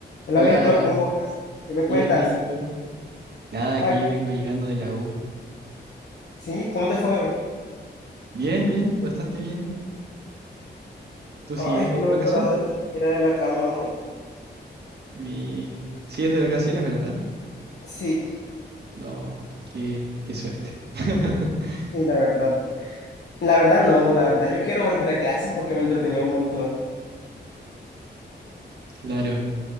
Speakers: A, on the left; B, on the right.
A: Hola
B: Hola,
A: Víctor, ¿cómo vas? ¿Qué me
B: bien,
A: cuentas?
B: bien, ¿y tú? Nada, aquí
A: Ah,
B: vengo llegando de la U.
A: sí, ¿cómo te fue hoy?
B: Bien, bien, bastante bien. ¿Tú sigues
A: Ay, yo
B: en
A: no
B: vacaciones?
A: me he parado ni siquiera de la cama hoy.
B: Mi... Sigues de vacaciones, ¿verdad?
A: Sí,
B: No, qué, qué suerte. <laughs>
A: y la verdad, la verdad no, la verdad yo quiero volver a clases porque me entretenía un montón.
B: Claro,